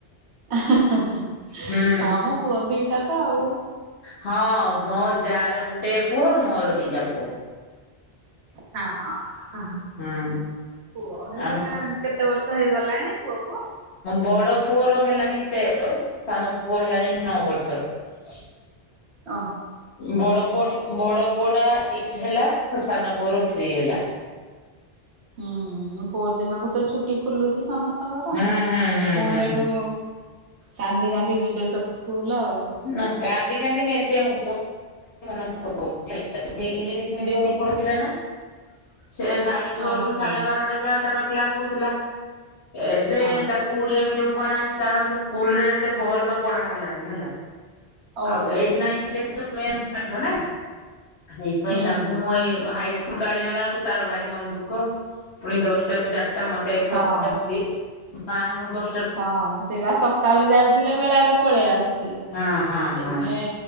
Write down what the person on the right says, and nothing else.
ଏ ହେଁ ହେଁ ହେଁ
ହଁ ମୋ ପୁଅ ଦିଟା ତ ଆଉ।
ହଁ
ପୁଅ ହେଲେ
କେତେ ବର୍ଷ ହେଇଗଲାଣି? ପୁଅକୁ?
ଅ।
ହୁଁ ପୋର ଦିନଠୁ ତ ଛୁଟି ଖୋଲୁଚି ସମସ୍ତେ ସ୍ତଙ୍କର
ପୁଣି
ଆଡୁ କାନ୍ଦି କାନ୍ଦି ଯିବେ ସବୁ ସ୍କୁଲ। ଆଉ।
ଓହୋ
ହଁ
ଓହୋ
ହୁଁ।
ହଁ
ହଁ ସେଟା ସକାଳୁ ଯାଉଥିଲେ ବେଳାରେ ପଳେଇ ଆସଥୁଲେ
ଏଇନେ